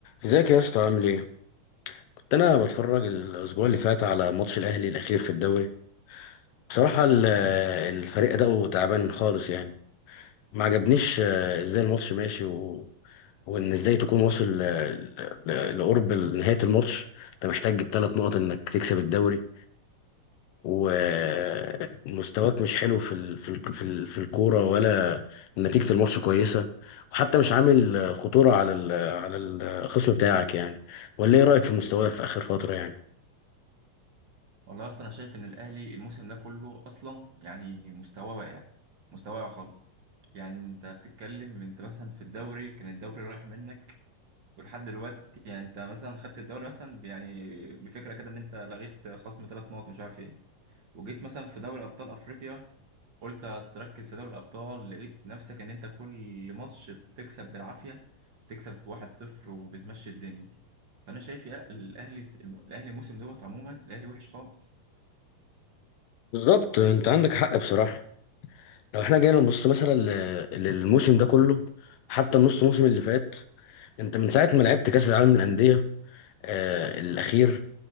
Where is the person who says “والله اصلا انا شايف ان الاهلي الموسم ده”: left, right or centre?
Right